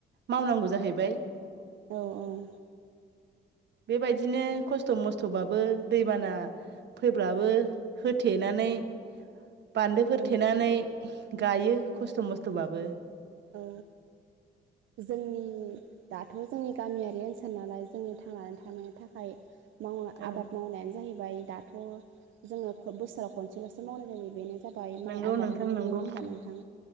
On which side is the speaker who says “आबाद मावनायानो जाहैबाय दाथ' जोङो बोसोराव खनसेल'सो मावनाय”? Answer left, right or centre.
Right